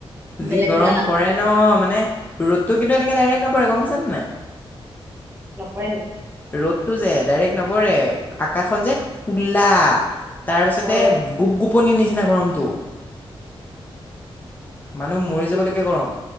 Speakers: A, on the left; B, on the right.
A: যি
B: বেলেগ
A: গৰম
B: জেগা নাম
A: পৰে
B: দিয়া
A: ন মানে ৰ'দটো কিন্তু এনেকে ডাইৰেক্ট নপৰে গম পাইছা নে নাই।
B: নকয় নেকি।
A: ৰ'দটো যে ডাইৰেক্ট নবৰে আকাশখন যে কল্লা তাৰপিছতে
B: অ
A: গোপ-গোপনী নিচিনা গৰমটো। মানুহ মৰি
B: অকে।
A: যাবলৈকীয়া গৰম